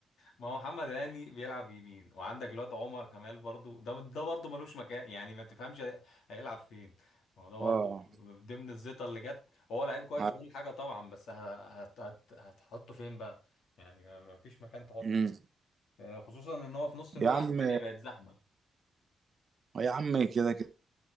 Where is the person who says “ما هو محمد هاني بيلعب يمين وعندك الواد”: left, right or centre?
Left